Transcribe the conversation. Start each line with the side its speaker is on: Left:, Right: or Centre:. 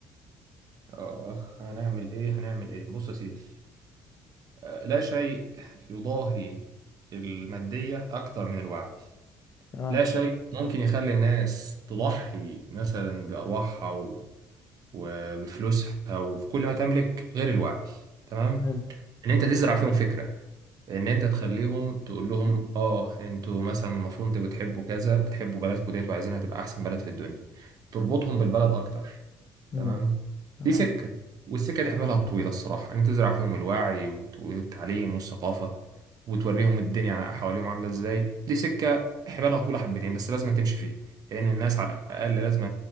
Right: اخ هنعمل ايه هنعمل ايه بص يا سيدي آه، لا شيء يضاهي المادية أكتر من الوعي
Left: تمام
Right: لا شيء ممكن يخلي الناس تضحي مثلا بأرواحها و- وبفلوسها وفي كل ما تملك غير الوعي تمام
Left: حلو
Right: ان انت تزرع فيهم فكره ان انت تخليهم تقول لهم اه انتوا مثلا المفروض انتوا بتحبوا كذا بتحبوا بلدكم ديت وعايزينها تبقى احسن بلد في الدنيا تربطهم بالبلد اكتر
Left: امم
Right: تمام
Left: تمام
Right: دي سكه والسكه دي حبالها طويله الصراحه ان انت تزرع فيهم الوعي وت- والتعليم والثقافه وتوريهم الدنيا حواليهم عامله ازاي دي سكه حبالها طويله حبتين بس لازم تمشي فيها لان الناس على الاقل لازم